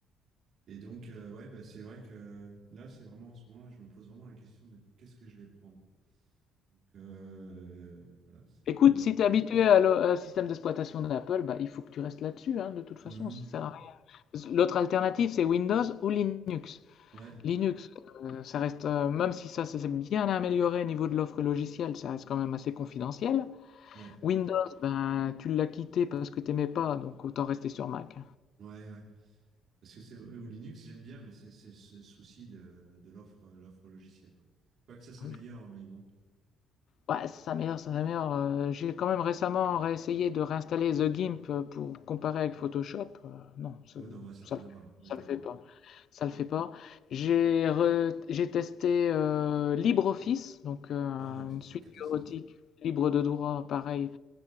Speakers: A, on the right (about 50°); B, on the left (about 55°).
A: Et donc euh, ouais, bah, c'est vrai que là, c'est vraiment en ce moment là, je me pose vraiment la question de qu'est-ce que je vais prendre. Donc euh, voilà, c'est un
B: Écoute,
A: peu
B: si tu es habitué à l'o- à un système d'exploitation d'Apple, bah, il faut que tu restes là-dessus, hein, de toute façon,
A: Mhm.
B: ça sert à rien. L'autre alternative, c'est Windows ou Linux.
A: ouais,
B: Linux, euh, ça reste, euh, même si ça s'est bien amélioré au niveau de l'offre logicielle, ça reste quand même assez confidentiel.
A: ouais.
B: Windows, ben, tu l'as quitté parce que t'aimais pas, donc autant rester sur Mac.
A: Ouais, ouais. Parce que c'est au Linux, j'aime bien, mais c'est c'est ce souci de, de l'offre l'offre logicielle quoi. Quoique ça s'améliore,
B: Oui.
A: mais bon.
B: Ouais, sa mère, sa mère. euh, j'ai quand même récemment réessayé de réinstaller The Gimp pour comparer avec Photoshop. Euh, non, ça,
A: Ouais, non, bah, ça
B: ça,
A: n'a rien à voir, hein, on
B: ça
A: est d'accord.
B: le fait pas. Ça le fait pas. J'ai re- j'ai testé euh, LibreOffice, donc euh,
A: Oh non, ça
B: une
A: c'est
B: suite
A: une catastrophe.
B: bureautique libre de droit, pareil.